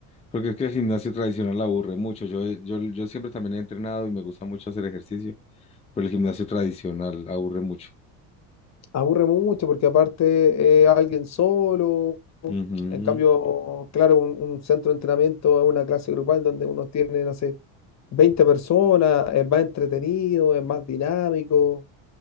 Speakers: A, on the left; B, on the left.
A: porque es que el gimnasio tradicional aburre mucho. Yo, yo, yo siempre también he entrenado y me gusta mucho hacer ejercicio, pero el gimnasio tradicional aburre mucho.
B: aburre mucho porque aparte eh, alguien solo,
A: Ujú,
B: en cambio, claro, un, un centro de entrenamiento es una clase grupal donde uno tiene, no sé, 20 personas, es más entretenido, es más dinámico,